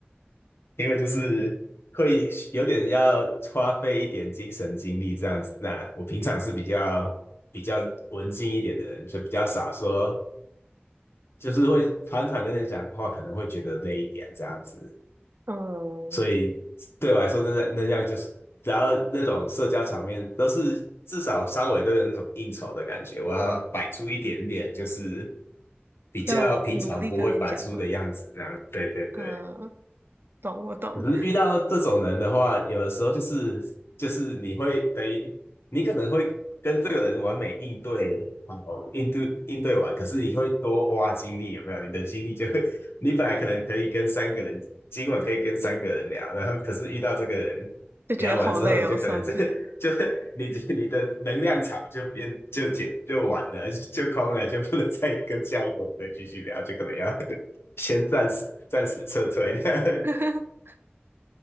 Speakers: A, on the left; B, on the right.
A: 因为就是会有点要花费一点精神精力这样子。那我平常是比较比较文静一点的人，就比较少说就是会常常跟人讲话，可能会觉得累一点这样子。
B: 嗯，
A: 所以对我来说，那那样就是，然后那种社交场面都是至少稍微都有那种应酬的感觉，我要摆出一点点，就是比较平常不会摆出的样子，
B: 要努力跟人讲哈。
A: 这样。对对对。
B: 嗯，懂我懂，
A: 可是遇到这种人的话，
B: <laughs>
A: 有的时候就是就是你会等于你可能会跟这个人完美应对，好应对应对完，可是你会多花精力，有没有？你的精力就会，<laughs> 你本来可能可以跟三个人，今晚可以跟三个人聊，然后可是遇到这个人聊完之后，
B: 就觉得好累哦，
A: 你就可能这
B: 算了。
A: <laughs> 就你你的能量场就变就减就完了，就空了，就不能再跟下一个人再继续聊，就可能要 <laughs> 先暂时暂时撤退。<laughs>
B: <laughs>